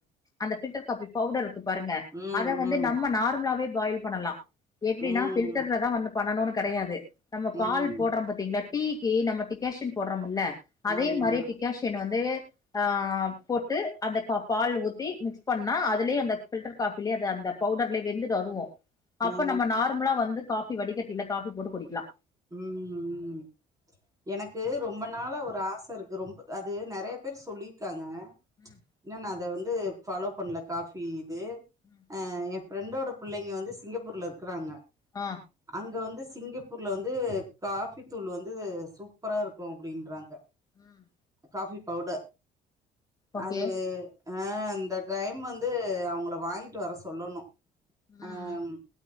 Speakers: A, on the left; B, on the right.
A: அந்த பில்டர் காபி பவுடர் இருக்கு பாருங்க
B: ம்
A: அத வந்து
B: ம்
A: நம்ம நார்மலாவே பாயில் பண்ணலா எபடின்னா
B: ம்
A: பில்டர்ல தா வந்து பண்ணணுனு கெடையாது நம்ம பால்
B: ம்
A: போடுறோ பாத்தீங்களா டீக்கு நம்ம டிகேஷன் போடுறோம்ல அதே
B: ஆமா
A: மாரி டிகேஷன் வந்து ஆ போட்டு அந்த பால் ஊத்தி மிக்ஸ் பண்ணா அதுலே அந்த பில்டர் காப்பிலே அது அந்த பவுடர்லே வெந்துடு அதுவு அப்ப
B: ஆ
A: நம்ம நார்மலா வந்து காஃபி வடிகட்டில காஃபி போட்டு குடிக்கலா
B: ம் ம் எனக்கு ரொம்ப நாளா ஒரு ஆச இருக்கு ரொம்ப அது நெறைய பேர் சொல்லிருக்காங்க
A: ம்
B: இன்னு நா அத வந்து ஃபாலோ பண்ணல காஃபி இது
A: ம்
B: அ ஃப்ரண்டோட பிள்ளைங்க வந்து சிங்கப்பூர்ல இருக்கிறாங்க
A: அ
B: அங்க வந்து சிங்கப்பூர் ர்ல வந்து காஃபி தூள் வந்து சூப்பரா இருக்கு அப்டின்றாங்க
A: ம்
B: காஃபி பவுட
A: ஓகே
B: அது அ இந்த கைம் வந்து அவங்கள வாங்கிட்டு வர சொல்லணு
A: ம்
B: ஆம்
A: ம்